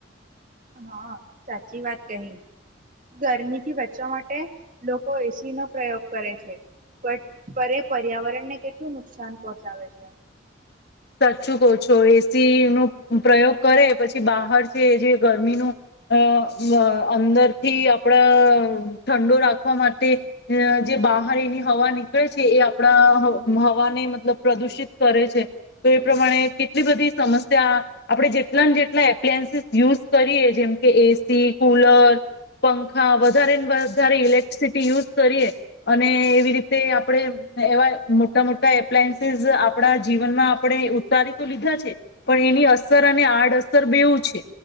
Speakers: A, on the right (about 40°); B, on the left (about 55°).
A: હા સાચી વાત કહી. ગરમીથી બચવા માટે લોકો એસી નો પ્રયોગ કરે છે પરે પર્યાવરણને કેટલું નુકસાન પહોંચડે છે.
B: સાચું કહો છો એસી નો પ્રયોગ કરે પછી બહાર છે જે ગરમીનું અ અંદરથી આપણા ઠંડો રાખવા માટે જે બહાર એની હવા નીકળે છે એ આપણા હવાને મતલબ પ્રદુષિત કરે છે. તો એ પ્રમાણે કેટલી બધી સમસ્યા આપણે જેટલા ને જેટલા એપ્લાયન્સીસ યુઝ કરીએ જેમ કે એસી કુલર પંખા વધારે ને વધારે ઇલેક્ટ્રિસિટી યુઝ કરીએ અને એવી રીતે આપણે એવા મોટા મોટા એપ્લાયન્સીસ આપણા જીવનમાં આપણે ઉતારી તો લીધા છે પણ એની અસર અને આડઅસર બેવું છે